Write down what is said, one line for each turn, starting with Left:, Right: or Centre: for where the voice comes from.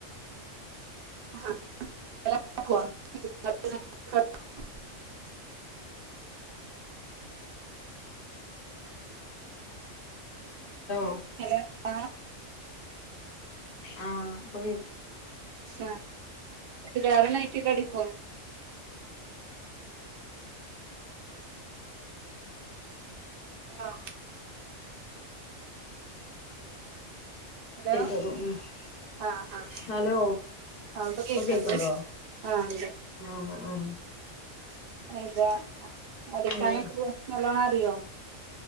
Right: <unintelligible>
Left: ലോ
Right: ഹലോ ആഹ്
Left: ആഹ് ഇപ്പോ കേക്ക്
Right: ആഹ് <unintelligible> കടിക്കോ ങ്ങഹ ഹലോ
Left: <unintelligible>
Right: ആഹ് ആഹ്
Left: ഹലോ
Right: അവ്ടെ കേക്ക്ണ്ട്
Left: ഇപ്പൊ കേക്ക്ണ്ടോ
Right: ആ ഇണ്ട്
Left: ആഹ് ആഹ്
Right: എന്താ അടിക്കാനൊക്കെ
Left: പിന്നെ
Right: നല്ലോണം അറിയോ?